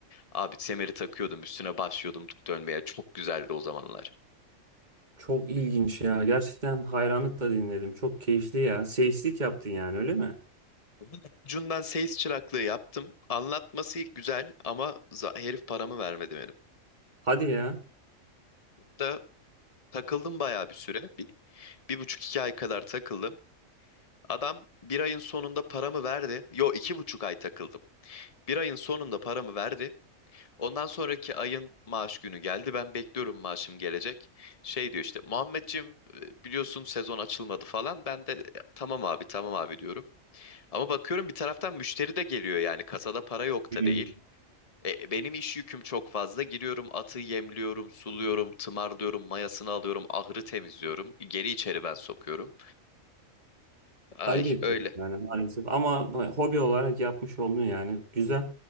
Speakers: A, on the left; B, on the right.
A: Abi semeri takıyordum üstüne başlıyordum dönmeye. Çok güzeldi o zamanlar.
B: Çok ilginç ya. Gerçekten hayranlıkla dinledim. Çok keyifli ya. Seyislik yaptın yani öyle mi?
A: Bunun Ucundan seyis çıraklığı yaptım. Anlatması güzel ama za- herif paramı vermedi benim.
B: Hadi ya.
A: Da takıldım bayağı bir süre. Bir, bir buçuk iki ay kadar takıldım. Adam bir ayın sonunda paramı verdi. Yo iki buçuk ay takıldım. Bir ayın sonunda paramı verdi. Ondan sonraki ayın maaş günü geldi. Ben bekliyorum maaşım gelecek. Şey diyor işte Muhammedciğim e, biliyorsun sezon açılmadı falan. Ben de "E, tamam abi tamam abi diyorum. Ama bakıyorum bir taraftan müşteri de geliyor yani kasada para yok
B: Hmm.
A: da değil. E, e, benim iş yüküm çok fazla. Giriyorum atı yemliyorum, suluyorum, tımarlıyorum, mayasını alıyorum, ahırı temizliyorum. Geri içeri ben sokuyorum. Ay
B: Ayıp etmiş
A: öyle.
B: yani maalesef. Ama hobi olarak yapmış oldun yani. Güzel.